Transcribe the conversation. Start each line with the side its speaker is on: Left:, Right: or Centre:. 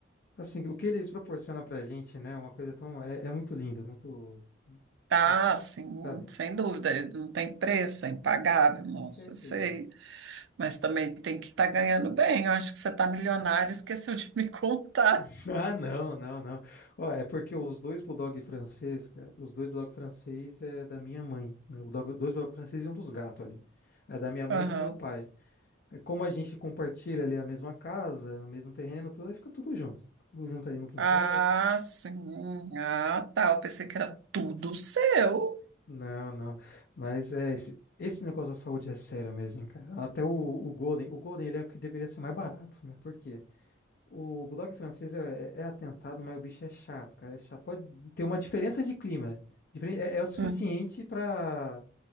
Left: assim, o que eles proporcionam pra gente, né? é Uma coisa tão, é, é muito lindo, muito
Right: Ah,
Left: bom,
Right: sim,
Left: sabe?
Right: sem dúvida, não tem preço, é impagável, nossa,
Left: Com certeza.
Right: eu sei. Mas também tem que estar ganhando bem. Eu acho que você está milionário, e esqueceu de me <laughs> contar.
Left: <laughs> Ah, não, não, não. Ó, é porque os dois bulldog francês, cara, os dois bulldog francês é da minha mãe, né? O bulldog- dois bulldog francês e um dos gatos ali. É da minha mãe
Right: Aham.
Left: e do meu pai. É Como a gente compartilha ali a mesma casa, o mesmo terreno, tudo, aí fica tudo junto. Tudo junto aí no quintal.
Right: Ah, sim. Ah, tá. Eu pensei que era tudo seu.
Left: Não, não. Mas é, esse, esse negócio da saúde é sério mesmo, hein, cara. Até o, o Golden, o Golden ele é o que deveria ser mais barato, né? Por quê? O Bulldog francês é, é é atentado, mas o bicho é chato, cara. É chato. Pode ter uma diferença de clima. Diferen- É, é o suficiente
Right: Hum.
Left: para